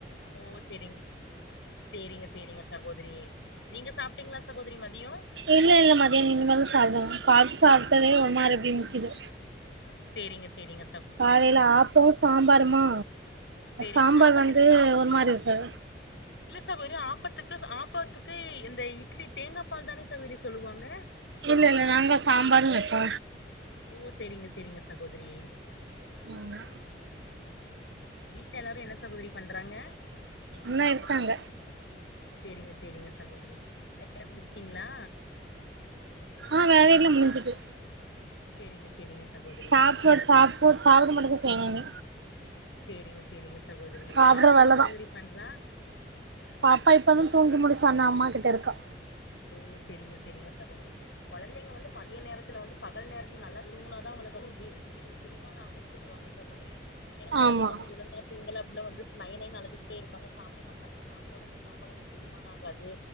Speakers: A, on the left; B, on the right.
A: ஓ செரிங்க செரிங்க செரிங்க சகோதரி நீங்க சாப்ட்டீங்களா சகோதரி மதியோ
B: இல்ல இல்ல மதியானோ இனிமேதா சாப்புடனு கால்ல சாப்டதே ஒரு மாரி அப்டி நிக்கிது
A: செரிங்க செரிங்க
B: காலையில ஆப்போ சாம்பாருமா
A: சரி
B: சாம்பார்
A: ஆப்பத்துக்கு
B: வந்து
A: சா
B: ஒரு மாரி வப்ப
A: இல்ல சகோரி ஆப்பத்துக்கு ஆப்பத்துக்கு இந்த இட்லி தேங்கா பால் தானே சகோதரி சொல்லுவாங்க
B: இல்ல இல்ல நாங்க சாம்பாரு வெப்போ
A: ஓ செரிங்க செரிங்க சகோதரி
B: ஆமா
A: வீட்ல எல்லாரு என்ன சகோதரி பண்றாங்க
B: ல்லா இருக்காங்க
A: செரிங்க செரிங்க சகோதரி வேலைலா முடிச்சிடீங்ளா
B: ஆ வேலையெல்லா முடிஞ்சுட்டு
A: சேரிங்க சேரிங்க சகோதரி
B: சாப்புட் சாப்புட் சாப்பட மட்டு தா செய்வநானு
A: செரிங்க செரிங்க சகோதரி
B: சாப்டுற
A: பாப்பா என்ன
B: வேலதா
A: சகோதரி பண்றா
B: பாப்பா இப்பதா தூங்கி முழிசா அந்த அம்மா கிட்ட இருக்கா
A: ஓ செரிங்க செரிங்க சகோதரி குழந்தைங்க வந்து மதிய நேரத்துல வந்து பகல் நேரத்துல நல்லா தூங்குனாதா அவங்களுக்கு வந்து ஜீஜீ செரிமான ஆகுன் சொல்லுவாங்க சகோதரி ஏனா குழந்தைங்க
B: ஆமா
A: வந்து ஒழுங்கா துங்கல அப்டினா வந்து நய் நய்னு அழுதுகிட்டே இருபாங்க சாப்ட மாட்டாங்க சாப்டாலும் அந்த சாப்பாடு வந்து செரிமானம் ஆகாது